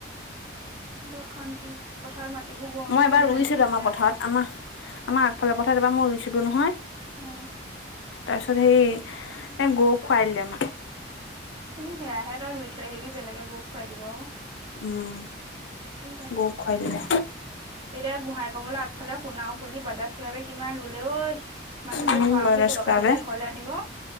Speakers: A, on the right (about 25°); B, on the left (about 70°).
A: সিহঁতৰ শান্তি। পথাৰৰ মাটিবোৰ গৰম
B: মই
A: হৈ-হৈ
B: এবাৰ ৰুইছিলো
A: যায় ৰুবলৈ,
B: আমাৰ
A: বেয়া।
B: পথাৰত আমাৰ, আমাৰ আগফালৰ পথাৰত এইবাৰ মই ৰুইছিলো নহয়!
A: উম।
B: তাৰপিছত সেই এ'গৰুক খুৱাই দিলে আমাক।
A: উম' সেয়াহে তই ৰুই থৈ আহিবি বেলেগে গৰুক খুৱাই দিব।
B: উম'
A: কি লাভটো
B: বৌ
A: আছে।
B: খুৱাই দিলে।
A: এতিয়া গোহাঁই কমলৰ আগফালে শুনাও ফুলি বাদাছ্লাপে কিমান ৰুলে ঐ। মানুহবোৰে
B: উম
A: ঘৰাবোৰ সুলকা
B: বাবে
A: হ'লকে ঘৰলৈ আনিব।